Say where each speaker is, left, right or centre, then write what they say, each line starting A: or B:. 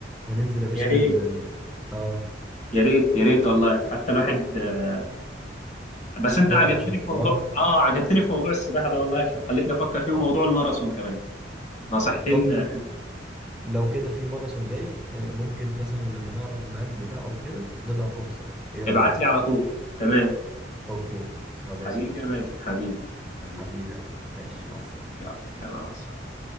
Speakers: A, in the centre; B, on the left (about 40°).
A: وننزل يا باشا
B: يا ريت
A: ن... اه
B: يا ريت يا ريت والله حتى الواحد آه، بس انت
A: نلعب
B: عجبتني
A: شطرنج
B: في موضوع اه عجبتني في موضوع السباحة ده والله خ- خلتني افكر فيه وموضوع الماراثون كمان نصيحتين
A: طب لو
B: آه،
A: لو كده في ماراثون جاي آه، ممكن مثلا لما نعرف الميعاد بتاعه وكده نبقى نروح سوا ايه رأيك؟
B: ابعت لي على طول تمام
A: اوكي خلاص
B: حبيبي
A: ماشي
B: يا مازن حبيبي حبيبي
A: حبيبي يا عم ماشي
B: حبيبي
A: مع السلامة
B: يلا يلا مع السلامة